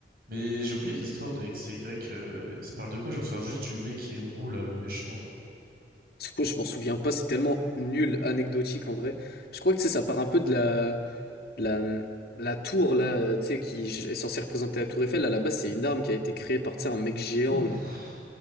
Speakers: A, on the right (about 55°); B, on the left (about 55°).
A: Mais j'ai oublié l'histoire de XY. euh, Ça parle de quoi? Je me souviens juste du mec qui est roux, là, le méchant, là.
B: Tsuko, je m'en souviens pas, c'est tellement nul, anecdotique en vrai. Je crois que tu sais, ça part un peu de la, de la, la tour là, euh, tu sais, qui est censée représenter la tour Eiffel. À la base, c'est une arme qui a été créée par, tu sais, un mec géant
A: Ouh.
B: là.